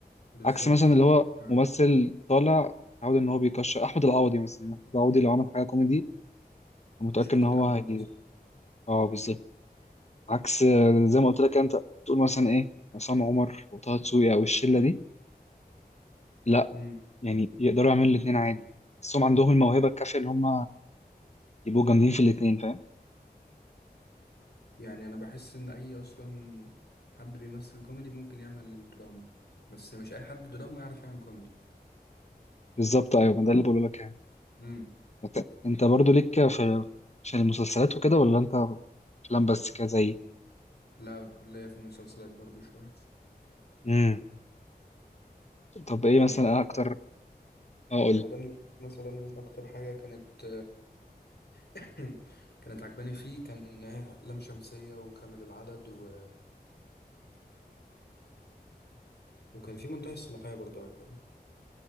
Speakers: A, on the left (about 80°); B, on the left (about 40°).
A: بالظبط
B: عكس مثلا
A: آه،
B: اللي هو ممثل طالع متعود ان هو بيكشر احمد العوضي مثلا احمد العوضي لو عمل حاجه كوميدي أنا
A: مش
B: متاكد
A: هتتقبل
B: ان هو هي
A: اصلا
B: اه بالظبط عكس آه، زي ما قلت لك انت تقول مثلا ايه عصام عمر وطه دسوقي او الشله دي لا
A: امم
B: يعني يقدروا يعملوا الاثنين عادي بس هم عندهم الموهبه الكافيه ان هم يبقوا جامدين في الاثنين فاهم
A: يعني انا بحس ان اي اصلا حد بيمثل كوميدي ممكن يعمل دراما بس مش اي حد دراما يعرف يعمل كوميدي
B: بالظبط ايوه ما ده اللي بقوله لك يعني
A: امم
B: أنت أنت برضو ليك في عشان المسلسلات وكده ولا انت افلام بس كده زي
A: لا ليا في المسلسلات برضو شوية
B: امم طب ايه
A: يعني
B: مثلا
A: رمضان
B: اكتر اه
A: رمضان مثلا اكتر حاجة كانت <clears throat> <laughs> كانت عجباني فيه كان لام شمسية وكامل العدد و... وكان في منتهي الصلاحية برضو عجبني